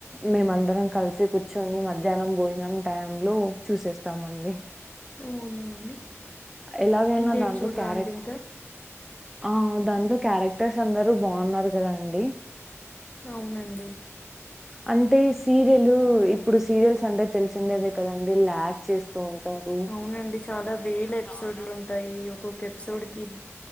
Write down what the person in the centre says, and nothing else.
మేమందరం కలిసి కూర్చొని మధ్యాహ్నం భోజనం టైం లో చూసేస్తాం అమండి
ఎలాగైనా
దాంట్లో
క్యారెక్ట్
ఆ దాంట్లో క్యారెక్టర్స్ అందరు బాగున్నారు కదండి
అంటే సీరియల్ ఇప్పుడు సీరియల్స్ అంటే తెలిసిండేదే కదండి ల్యాక్ చేస్తూ ఉంటారు